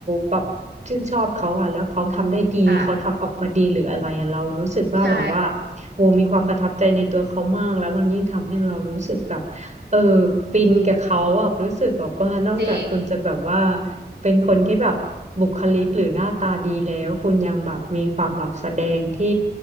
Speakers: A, on the right (about 40°); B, on the right (about 75°).
A: แบบชื่นชอบเขาอ่ะแล้วเขาทำได้ดีเขาทำออกมาดีหรืออะไรอะเรารู้สึกว่าแบบว่า
B: ค่ะ ใช่
A: โอ้มีความประทับใจในตัวเขามากแล้วมันยิ่งทำให้เรารู้สึกแบบเออฟินกับเขาอ่ะรู้สึกแบบว่านอกจากคุณจะแบบว่า
B: จริง
A: เป็นคนที่แบบบุคลิกหรือหน้าตาดีแล้ว คุณยังแบบมีความแบบแสดงที่